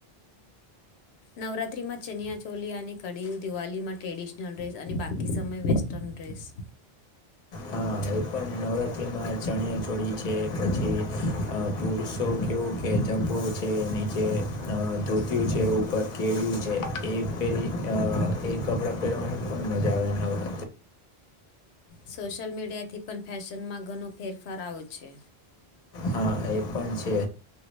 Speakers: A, on the left; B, on the left.
A: નવરાત્રીમાં ચનિયાચોલી અને કડીીયું દિવાળીમાં ટ્રેડિશનલ ડ્રેસ અને બાકી સમય વેસ્ટર્ન ડ ટ્રેસ
B: હા હવે પણ નવરાત્રિમાં ચણિયા છોડી છે પછી પુરુષો કેવું કે જભો છે નીચે ધોતુ છે ઉપર કેળું છે એ પહેરી એ કપડાં પહેરવાની પણ મજા આવે ન આવતા
A: સોશલ મીડિયા થી પણ ફેશનમાં ઘણો ફેરફાર આવો છે
B: હા એ પણ છે